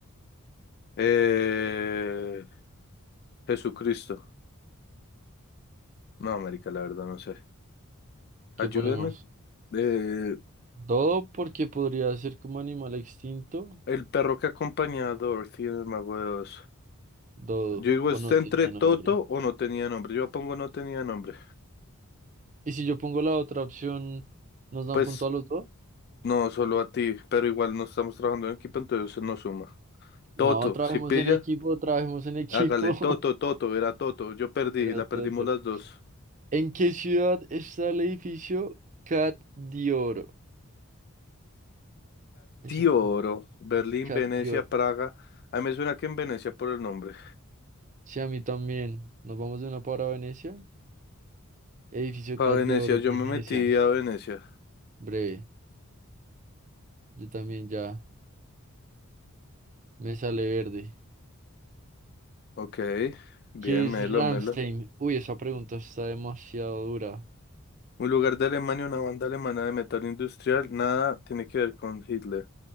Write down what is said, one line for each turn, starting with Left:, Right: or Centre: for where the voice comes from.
Left: Eh, Jesucristo. No, América, la verdad, no sé.
Right: ¿Qué
Left: Ayúdeme.
Right: ponemos?
Left: Eh,
Right: Dodo porque podría ser como animal extinto,
Left: el perro que acompañaba a Dorothy en el Mago de Oz.
Right: Dodo,
Left: Yo digo,
Right: o
Left: ¿está
Right: no
Left: entre
Right: tenía
Left: Toto
Right: nombre.
Left: o no tenía nombre? Yo pongo no tenía nombre.
Right: Y si yo pongo la otra opción, ¿nos dan
Left: Pues
Right: punto a los dos?
Left: No, solo a ti, pero igual no estamos trabajando en equipo, entonces se nos suma. Toto,
Right: No, trabajemos
Left: si pilla,
Right: en equipo, trabajemos en equipo.
Left: hágale. Toto, Toto, era Toto. Yo perdí,
Right: Era
Left: la
Right: tonto.
Left: perdimos las dos.
Right: ¿En qué ciudad está el edificio Cat Dior? Eso
Left: Oro
Right: es
Left: Berlín,
Right: Cat
Left: Venecia,
Right: Dior.
Left: Praga. A mí me suena que en Venecia por el nombre.
Right: Sí, a mí también. Nos vamos de una para Venecia. Edificio
Left: A
Right: Cat
Left: Venecia,
Right: de Oro,
Left: yo
Right: Venecia.
Left: me metí a Venecia.
Right: Breve. Yo también ya me sale verde.
Left: Ok, bien,
Right: ¿Qué es
Left: Melo,
Right: Ramstein?
Left: Melo.
Right: Uy, esa pregunta está demasiado dura.
Left: Un lugar de Alemania, una banda alemana de metal industrial, nada tiene que ver con Hitler.